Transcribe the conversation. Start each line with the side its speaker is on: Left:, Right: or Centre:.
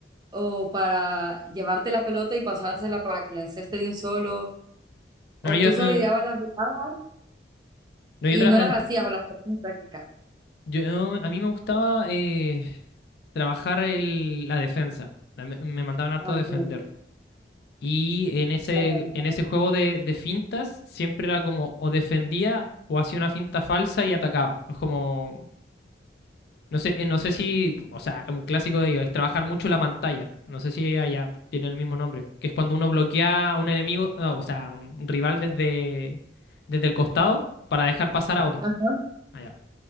Right: o para llevarte la pelota y pasársela para que la enceste de un solo? ¿O
Left: No, yo,
Right: tú solo
Left: eh,
Right: ideabas las jugadas
Left: no,
Right: y
Left: yo, otra,
Right: no
Left: eh,
Right: las hacías o las ponías en práctica?
Left: yo, eh, a mí me gustaba eh, trabajar el, la defensa. La- Me, me mandaban harto
Right: Ah,
Left: a
Right: ok,
Left: defender.
Right: ok.
Left: Y en ese,
Right: Está bien, está
Left: en ese
Right: bien.
Left: juego de, de fintas siempre era como o defendía o hacía una finta falsa y atacaba. Es como, no sé, eh, no sé si, o sea, un clásico de ellos es trabajar mucho la pantalla. No sé si allá tiene el mismo nombre, que es cuando uno bloquea a un enemigo, no, o sea, un un rival desde, desde el costado para dejar pasar a otro.
Right: Ajá.
Left: Allá.